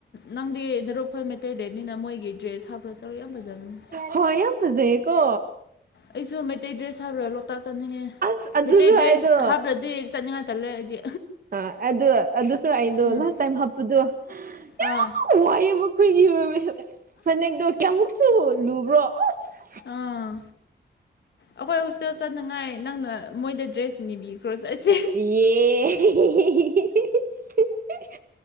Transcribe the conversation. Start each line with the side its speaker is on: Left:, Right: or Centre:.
Left: ꯅꯪꯗꯤ ꯅꯔꯨꯞ ꯈꯣꯏ ꯃꯩꯇꯩ ꯂꯩꯕꯅꯤꯅ ꯃꯣꯏꯒꯤ ꯗ꯭ꯔꯦꯁ ꯍꯥꯞꯄꯒ ꯆꯠꯂꯨ ꯌꯥꯝ ꯐꯖꯕꯅꯦ
Right: ꯍꯣꯏ ꯌꯥꯝ ꯐꯖꯩꯀꯣ
Left: ꯑꯩꯁꯨ ꯃꯩꯇꯩ ꯗ꯭ꯔꯦꯁ ꯍꯥꯏꯕ꯭ꯔꯥ ꯂꯣꯛꯇꯥꯛ ꯆꯠꯅꯤꯡꯉꯦ
Right: ꯑꯁ ꯑꯗꯨꯁꯨ
Left: ꯃꯩꯇꯩ ꯗ꯭ꯔꯦꯁ
Right: ꯑꯩꯗꯣ
Left: ꯍꯥꯞꯗ꯭ꯔꯗꯤ ꯆꯠꯅꯤꯡꯉꯥꯏ ꯇꯜꯂꯦ ꯑꯩꯗꯤ
Right: ꯑꯥ ꯑꯗꯨ ꯑꯗꯨꯁꯨ ꯑꯩꯗꯣ
Left: ꯎꯝ
Right: ꯂꯥꯁ ꯇꯥꯏꯝ ꯍꯥꯞꯄꯗꯣ ꯌꯝ
Left: ꯑꯥ
Right: ꯋꯥꯏꯌꯦꯕ ꯈꯨꯏꯒꯤ ꯐꯅꯦꯛꯗꯣ ꯀꯌꯥꯃꯨꯛꯁꯨ ꯂꯨꯕ꯭ꯔꯣ ꯑꯁ
Left: ꯑꯥ ꯑꯩꯈꯣꯏ ꯍꯣꯁꯇꯦꯜ ꯆꯠꯅꯉꯥꯏ ꯅꯪꯅ ꯃꯣꯏꯗ ꯗ꯭ꯔꯦꯁ ꯅꯤꯕꯤꯈ꯭ꯔꯣ ꯆꯠꯁꯦ
Right: ꯌꯦ <unintelligible>